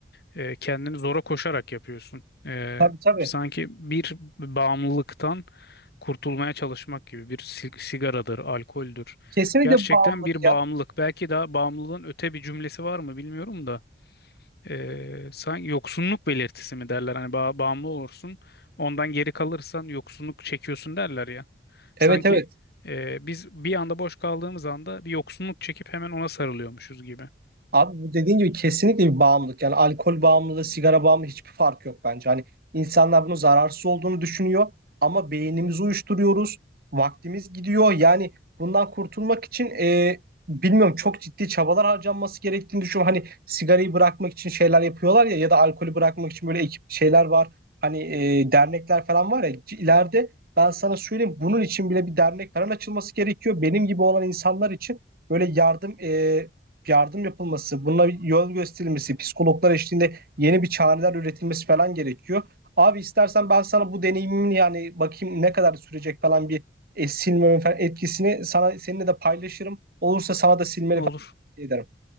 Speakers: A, on the left; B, on the right.
A: e, kendini zora koşarak yapıyorsun. E,
B: tabii tabii.
A: sanki bir bağımlılıktan kurtulmaya çalışmak gibi bir si- sigaradır, alkoldür.
B: Kesinlikle
A: Gerçekten
B: bağımlılık
A: bir
B: ya.
A: bağımlılık. Belki daha bağımlılığın öte bir cümlesi var mı bilmiyorum da. Ee, sanki yoksunluk belirtisi mi derler hani ba- bağımlı olursun ondan geri kalırsan yoksunluk çekiyorsun derler ya
B: Evet
A: sanki
B: evet.
A: e, biz bir anda boş kaldığımız anda bir yoksunluk çekip hemen ona sarılıyormuşuz gibi.
B: Abi bu dediğin gibi kesinlikle bir bağımlılık. Yani alkol bağımlılığı, sigara bağımlılığı hiçbir fark yok bence. Hani insanlar bunun zararsız olduğunu düşünüyor ama beynimizi uyuşturuyoruz. Vaktimiz gidiyor. Yani bundan kurtulmak için e, bilmiyorum çok ciddi çabalar harcanması gerektiğini düşünüyorum. Hani sigarayı bırakmak için şeyler yapıyorlar ya ya da alkolü bırakmak için böyle ekip şeyler var. Hani e, dernekler falan var ya C- ileride ben sana söyleyeyim bunun için bile bir dernek falan açılması gerekiyor. Benim gibi olan insanlar için böyle yardım e, yardım yapılması, buna bir yol gösterilmesi, psikologlar eşliğinde yeni bir çareler üretilmesi falan gerekiyor. Abi istersen ben sana bu deneyimin yani bakayım ne kadar sürecek falan bir e, silmemin falan etkisini sana seninle de paylaşırım. Olursa sana da silmeni
A: Olur.
B: falan tavsiye ederim.